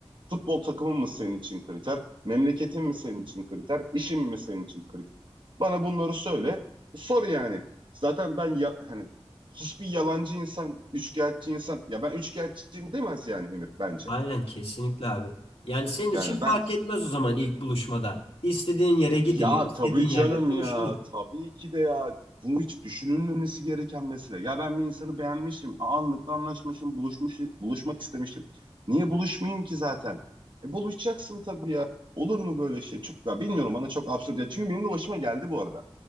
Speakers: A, on the right; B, on the left.
A: Futbol takımın mı senin için kriter? Memleketin mi senin için kriter? İşin mi senin için kriter? Bana bunları söyle. Sor yani. Zaten ben ya, hani hiçbir yalancı insan, üçkağıtçı insan ya ben üçkağıtçıyım demez yani Emir bence.
B: Aynen kesinlikle abi. Yani senin için
A: Yani ben
B: fark etmez o zaman ilk buluşmada. İstediğin yere gidilir,
A: Ya
B: istediğin
A: tabii
B: yerde
A: canım
B: konuşulur.
A: ya. Tabii ki de ya. Bunu hiç düşünülmemesi gereken mesele. Ya ben bir insanı beğenmişim. Anlıkla anlaşmışım. Buluşmuş, buluşmak istemişim. Niye buluşmayayım ki zaten? E, buluşacaksın tabii ya. Olur mu böyle şey? Çok, ya bilmiyorum bana çok absürt. Ya çünkü benim de başıma geldi bu arada.